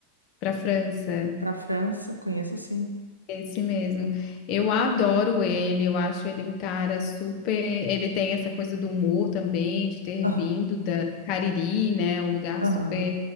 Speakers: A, on the left; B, on the right.
A: para França.
B: pra França, conheço sim.
A: Esse mesmo. Eu adoro ele, eu acho ele um cara super. Ele tem essa coisa do humor também, de ter vindo
B: Aham,
A: da do Cariri, né? Um lugar
B: aham.
A: super